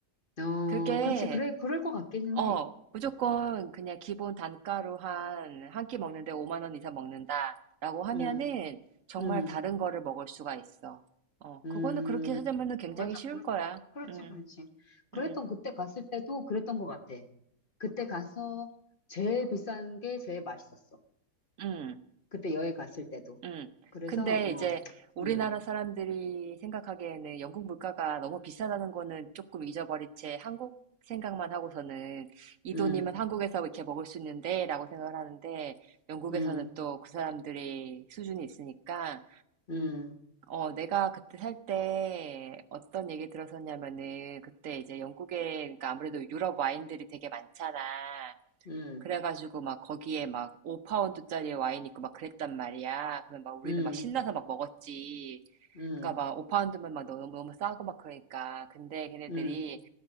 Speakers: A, on the left; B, on the right.
A: 어,
B: 그게,
A: 그렇지, 그래, 그럴 것 같기는
B: 어,
A: 해.
B: 무조건 그냥 기본 단가로 한, 한 끼 먹는데 5만 원 이상 먹는다라고 하면은
A: 응,
B: 정말
A: 응,
B: 다른 거를 먹을 수가 있어. 어,
A: 응.
B: 그거는 그렇게 찾으면은 굉장히
A: 맞아,
B: 쉬울
A: 그렇,
B: 거야.
A: 그렇지,
B: 음,
A: 그렇지. 그랬던,
B: 음,
A: 그때 갔을 때도 그랬던 것 같아. 그때 가서 제일 비싼 게 제일 맛있었어.
B: 음.
A: 그때 여행 갔을 때도.
B: 음.
A: 그래서,
B: 근데
A: 어,
B: 이제 우리나라
A: 응,
B: 사람들이 생각하기에는 영국 물가가 너무 비싸다는 거는 조금 잊어버린 채 한국 생각만 하고서는 이
A: 응,
B: 돈이면 한국에서 이렇게 먹을 수 있는데 라고 생각을 하는데 영국에서는
A: 응.
B: 또 그 사람들이 수준이 있으니까
A: 음,
B: 어, 내가 그때 살 때 어떤 얘기 들었었냐면은 그때 이제 영국에 그러니까 아무래도 유럽 와인들이 되게 많잖아.
A: 음,
B: 그래가지고 막 거기에 막 5파운드짜리 와인 있고 막 그랬단 말이야. 그러면 막 우리는
A: 음,
B: 막 신나서 막 먹었지.
A: 음,
B: 그러니까 막 5파운드면 막 너무 너무 싸고 막 그러니까. 근데 걔네들이
A: 음,